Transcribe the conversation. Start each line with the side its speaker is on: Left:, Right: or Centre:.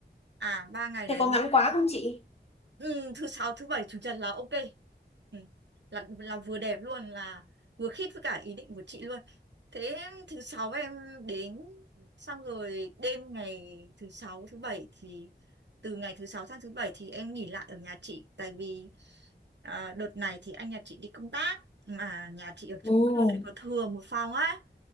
Right: à ba ngày
Left: Thế
Right: đấy
Left: có ngắn quá không chị?
Right: ừ, thứ sáu thứ bảy chủ nhật là ok ừ. là là vừa đẹp luôn là vừa khít với cả ý định của chị luôn thế thứ sáu em đến xong rồi đêm ngày thứ sáu thứ bảy thì từ ngày thứ sáu sang thứ bảy thì em nghỉ lại ở nhà chị tại vì à, đợt này thì anh nhà chị đi công tác mà nhà chị ở
Left: Ồ.
Right: chung cư lại có thừa một phòng á